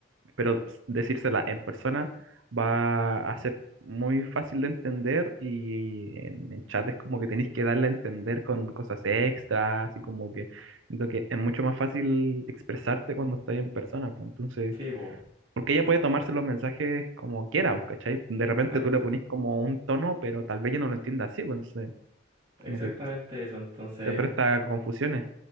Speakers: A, on the right; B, on the right.
A: pero pues, decírsela en persona va a ser muy fácil de entender y en el chat es como que tenéis que darle a entender con cosas extras, así como que siento que es mucho más fácil expresarte cuando estás en persona, pues entonces,
B: sí, vos,
A: porque ella puede tomarse los mensajes como quiera, vos, ¿cachai? De repente
B: exacto,
A: tú le ponís como un tono, pero tal vez ella no lo entienda así, pues entonces
B: exactamente
A: como que
B: eso. Entonces,
A: te presta confusiones.